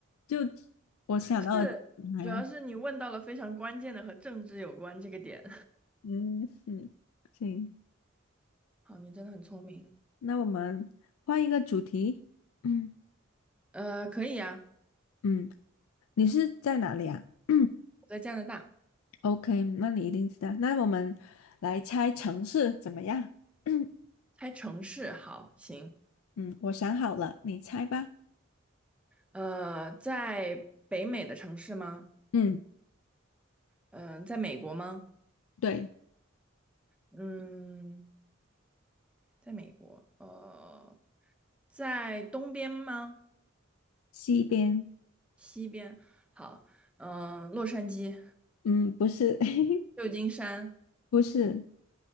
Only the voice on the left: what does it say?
就我想到了
哎呀，
嗯嗯，行，
那我们换一个主题。<clears throat> 嗯
嗯，你是在哪里啊？<clears throat>
OK，那你一定知道。那我们来猜城市怎么样？<clears throat> 嗯
嗯，我想好了，你猜吧。
嗯，
对，
西边。
嗯，不是，<laughs>
不是。